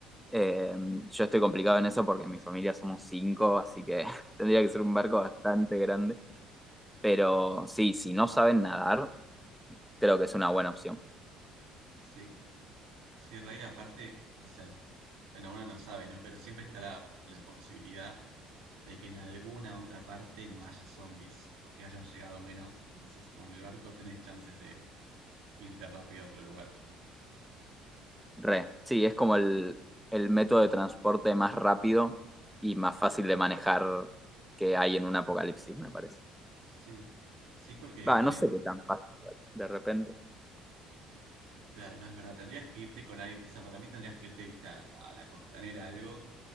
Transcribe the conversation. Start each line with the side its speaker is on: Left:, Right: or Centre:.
Centre: Eh, yo estoy complicado en eso porque en mi familia somos cinco, así que <laughs> tendría que
Right: Mm.
Centre: ser un barco bastante grande. Pero sí, si no saben nadar, creo que es una buena opción.
Right: Sí, sí, Rey, aparte, o sea, bueno, uno no sabe, ¿no? Pero siempre está la, la posibilidad de que en alguna otra parte no haya zombies o que hayan llegado menos. Entonces, como en el barco, tenés chances de irte rápido a otro lugar.
Centre: Re, sí, es como el, el método de transporte más rápido y más fácil de manejar que hay en un apocalipsis, me parece.
Right: Sí, sí, porque
Centre: Va,
Right: también
Centre: no sé qué tan fácil, de repente.
Right: Claro, no es verdad. Tendrías que irte con alguien, o sea, para mí tendrías que irte, viste, a, a la costanera algo,